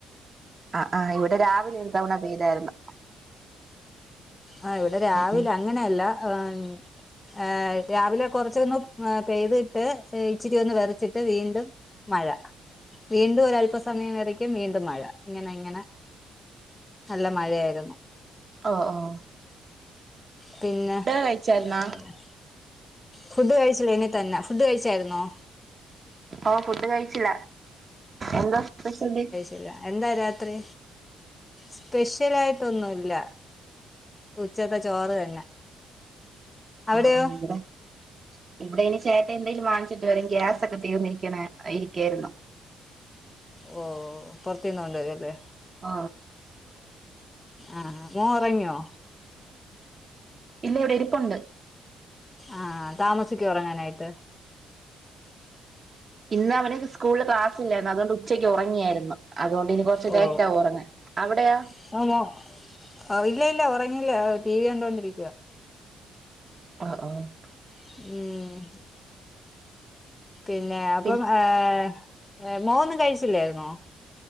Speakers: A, on the right; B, on the left.
A: ആഹ് ആഹ് ഇവടെ രാവിലെ ഒരു തവണ പെയ്താര്ന്നു.
B: ആഹ് ഇവടെ രാവിലെ
A: ഉം
B: അങ്ങനെല്ല ആം. ഏഹ് രാവിലെ കൊർച്ചൊന്ന് ഏഹ് പെയ്തിട്ട് എഹ് ഇച്ചിര്യൊന്ന് വരച്ചിട്ട് വീണ്ടും മഴ വീണ്ടും ഒരല്പസമയം വെരക്കും വീണ്ടും മഴ ഇങ്ങനെ ഇങ്ങനെ നല്ല മഴയായിര്ന്നു.
A: ഓഹ് ഓഹ്
B: പിന്നെ
A: കഴിച്ചായിരുന്നാ
B: <unintelligible> ഫുഡ് കഴിച്ച് കഴിഞ്ഞ്ട്ടെന്നാ ഫുഡ് കഴിച്ചായിര്ന്നോ?
A: ആഹ് ഫുഡ് കഴിച്ചില്ല. എന്താ സ്പെഷ്യൽ ബി
B: ഇല്ല എന്താ രാത്രി സ്പെഷ്യലായിട്ടൊന്നുല്ല. ഉച്ചത്തെച്ചോറ് തന്നെ. അവിടെയോ
A: ഓഹ് ഓഹ് ഇവിടെ ഇവിടെ ഇനിചേട്ട എന്തെങ്കിലും വാങ്ങിച്ചിട്ട് വരും ഗ്യാസൊക്കെ തീർന്നിരിക്കണ ഇരിക്കായിരുന്നു.
B: ഓ ഹ്പുറത്തീന്ന് കൊണ്ടുവരല്ലേ.
A: ആ
B: ആ മോൻഉറങ്ങിയോ.
A: ഇല്ല ഇവിടെ ഇരിപ്പോണ്ട്.
B: ആഹ് താമസിക്കോ ഉറങ്ങാനായിട്ട്.
A: ഇന്ന്അവന് സ്കൂളിൽ ക്ലാസ്സില്ലായിരുന്നു അതുകൊണ്ട് ഉച്ചയ്ക്ക് ഉറങ്ങിയായിരുന്നു. അതുകൊണ്ട് ഇനി കൊറച്ച്
B: ഓ
A: ലൈറ്റ്ആകും ഉറങ്ങൻ അവിടെയോ.
B: <unintelligible> ഉറങ്ങില്ല ടി വി കണ്ടോണ്ടിരിക്കുവ.
A: ആഹ് ആഹ്
B: ഉഠ പിന്നെ അപ്പോ
A: പി
B: ഏഹ് മോന്നും കഴിച്ചില്ലേയിന്നോ.